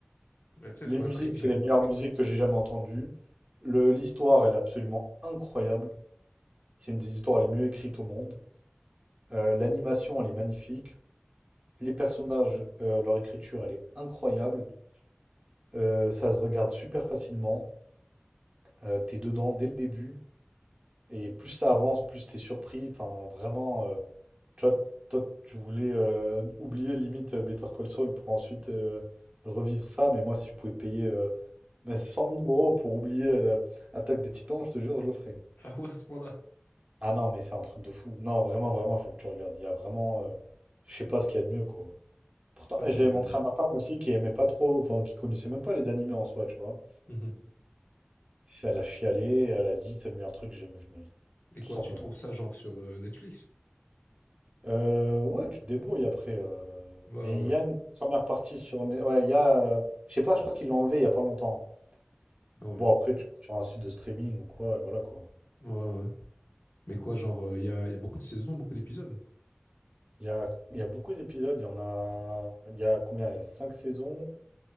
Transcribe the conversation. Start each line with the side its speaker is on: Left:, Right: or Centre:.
Left: Bah, tiens,
Right: Les
Left: tu m'intrigues.
Right: musiques,
Left: Je...
Right: c'est
Left: vais-
Right: les meilleures
Left: <laughs>
Right: musiques que j'ai jamais entendues. Le, l'histoire, elle est absolument incroyable. C'est une des histoires les mieux écrites au monde. Euh, l'animation, elle est magnifique. Les personnages, euh, leur écriture, elle est incroyable. Euh, ça se regarde super facilement. Euh, t'es dedans dès le début. Et plus ça avance, plus t'es surpris. Enfin, vraiment, euh, tu vois, toi, tu voulais euh, oublier limite euh, Better Call Saul pour ensuite euh, revivre ça. Mais moi, si je pouvais payer euh, mais 100 000 euros pour oublier euh, Attaque des Titans, je te jure, je le ferais.
Left: Ah ouais, à ce point-là.
Right: Ah non, mais c'est un truc de fou. Non, vraiment, vraiment, il faut que tu regardes. Il y a vraiment, euh, je sais pas ce qu'il y a de mieux, quoi. Pourtant,
Left: Ça
Right: et
Left: va,
Right: je
Left: je
Right: l'avais
Left: vais
Right: montré
Left: regarder.
Right: à ma femme aussi, qui aimait pas trop, enfin, qui connaissait même pas les animés en soi, tu vois.
Left: Mhm.
Right: Elle a chialé, elle a dit, c'est le meilleur truc que j'ai jamais vu de ma vie,
Left: Et
Right: tout
Left: quoi,
Right: simplement.
Left: tu trouves ça genre sur euh, Netflix?
Right: Euh, ouais, tu te débrouilles après. euh,
Left: Ouais,
Right: Mais il
Left: ouais.
Right: y a une première partie sur... Né- Ouais, il y a... euh, Je sais pas, je crois qu'ils l'ont enlevé il y a pas longtemps.
Left: Ah ouais.
Right: Bon, après, tu vas sur un site de streaming ou quoi, et voilà quoi.
Left: Ouais, ouais. Mais quoi, genre, euh, il y a, y a beaucoup de saisons, beaucoup d'épisodes?
Right: Il y a, il y a beaucoup d'épisodes, il y en a... Il y a combien? Il y a 5 saisons,